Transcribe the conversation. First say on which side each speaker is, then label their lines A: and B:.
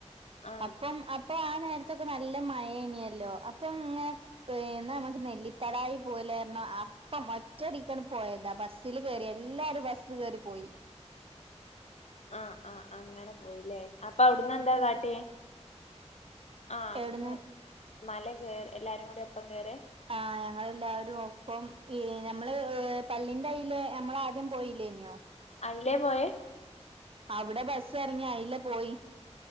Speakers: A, on the left; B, on the right.
A: ആഹ്
B: അപ്പം അപ് പ്പൊ ആ നേരത്തൊക്കെ നല്ല മയേനിയല്ലോ അപ്പൊ ഇമ്മെ പ്പ് എന്ന നമ്മക്ക് നെല്ലിത്തടായി പോവല്ലേർന്നോ അ പ്പം ഒറ്റടിക്കാണ്ട് പോയതാ ബസ്സ്ല് കേറി എല്ലാരും ബസ്സ് കേറി പോയി.
A: ആഹ് ആഹ് അങ്ങനെ പോയിലേ അപ്പ അവ്ട്ന്ന് എന്താ കാട്ട്യേ? ആഹ് അവിട്ന്ന്
B: എവ്ട്ന്ന്
A: മല കേറ് എല്ലാരുംകൂടി ഒപ്പം കേറെ?
B: ആഹ് ഞങ്ങളെല്ലാരും ഒപ്പം ഈ ഞമ്മള് പള്ളിന്റയ്ലെ ഞമ്മളാദ്യം പോയില്ലേയ്നോ.
A: അയ്ലെപോയെ?
B: അവ്ടെ ബസ്സെറങ്ങി അയ്ലെപോയി.